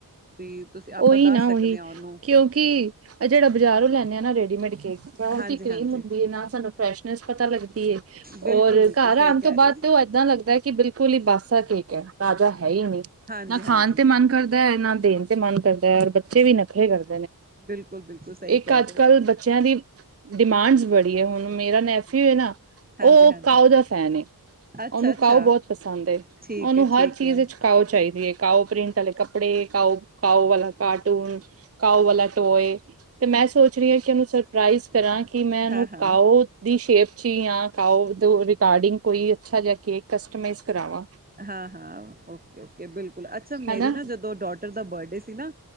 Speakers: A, on the right; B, on the right.
A: ਵੀ ਤੁਸੀਂ ਆਪਾਂ
B: ਉਹੀ
A: ਦੱਸ
B: ਨਾ
A: ਸਕਦੇ
B: ਉਹੀ
A: ਹਾਂ ਉਹਨੂੰ
B: ਕਿਉਂਕਿ ਜਿਹੜਾ ਬਜ਼ਾਰੋਂ ਲੈਂਦੇ ਆ ਨਾ ਰੇਡੀਮੇਡ ਜਾਂ ਉਹਟੀ
A: ਹਾਂਜੀ
B: ਕਰੀਮ
A: ਹਾਂਜੀ
B: ਹੁੰਦੀ ਹੈ, ਨਾ ਸਾਨੂੰ ਫਰੈਸ਼ਨੈਸ ਪਤਾ ਲੱਗਦੀ ਔਰ
A: ਬਿਲਕੁਲ ਬਿਲਕੁਲ
B: ਘਰ
A: ਸਹੀ
B: ਆਣ
A: ਕਹਿ
B: ਤੋਂ ਬਾਅਦ
A: ਰਹੇ ਹੋ
B: ਤੇ ਉਹ ਏਦਾਂ ਲੱਗਦਾ, ਕਿ ਬਿਲਕੁਲ ਹੀ ਬਾਸਾ ਕੇਕ ਹੈ ਤਾਜ਼ਾ ਹੈ ਹੀ ਨਹੀਂ
A: ਹਾਂਜੀ
B: ਨਾ
A: ਹਾਂਜੀ
B: ਖਾਣ ਤੇ ਮਨ ਕਰਦਾ ਨਾ ਦੇਣ ਤੇ ਮਨ ਕਰਦਾ, ਔਰ ਬੱਚੇ ਵੀ ਨਖਰੇ ਕਰਦੇ
A: ਬਿਲਕੁਲ ਬਿਲਕੁਲ ਸਹੀ
B: ਇੱਕ
A: ਕਹਿ
B: ਅੱਜ-ਕੱਲ੍ਹ
A: ਰਹੇ ਹੋ
B: ਬੱਚਿਆਂ ਦੀ ਡਿਮਾਂਡਸ ਬ ਹੁਣ ਮੇਰਾ ਨੈਫਿੂਉ ਹੈ ਨਾ
A: ਹਾਂਜੀ
B: ਉਹ
A: ਹਾਂਜੀ
B: ਕਾਓ ਦਾ ਫੈਨ ਏ
A: ਅੱਛਾ
B: ਉਹਨੂੰ
A: ਅੱਛਾ
B: ਕਾਓ ਬਹੁਤ ਪਸੰਦ
A: ਠੀਕ
B: ਉਹਨੂੰ
A: ਹੈ
B: ਹਰ
A: ਠੀਕ
B: ਚੀਜ਼
A: ਹੈ
B: ਵਿੱਚ ਕਾਓ, ਚਾਹੀਦੀ ਐ। ਕਾਓ ਪ੍ਰਿੰਟ ਵਾਲੇ ਕਪੜੇ ਕਾਓ ਕਾਓ ਵਾਲਾ ਕਾਰਟੂਨ ਕਾਓ ਵਾਲਾ, ਟੋਏ ਤੇ ਮੈਂ ਸੋਚ ਰਹੀ ਹਾਂ ਕਿ ਉਹਨੂੰ ਸਰਪ੍ਰਾਈਜ਼ ਕਰਾਂ ਕਿ ਮੈਂ ਉਹਨੂੰ
A: ਹਾਂ ਹਾਂ
B: ਕਾਓ ਦੀ ਸ਼ੇਪ ਚ ਜਾਂ ਕਓ ਰਿਗਾਰਡਿੰਗ ਕੋਈ ਅੱਛਾ ਜਾ ਕੇ ਕਸਟਮਾਈਜ਼ ਕਰਾਵਾਂ
A: ਹਾਂ-ਹਾਂ, ਓਕੇ-ਓਕੇ ਬਿਲਕੁਲ ਅੱਛਾ ਮੇਰੀ
B: ਹਨਾ
A: ਨਾ ਜਦੋਂ ਡੋਟਰ ਦਾ ਬਰਡੇ ਸੀ ਨਾ,